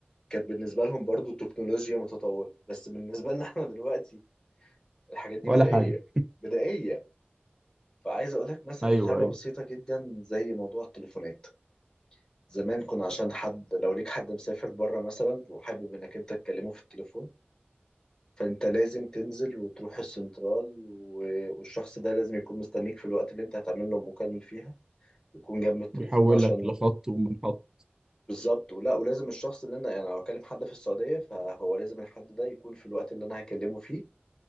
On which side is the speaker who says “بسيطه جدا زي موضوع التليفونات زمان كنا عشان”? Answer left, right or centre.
Left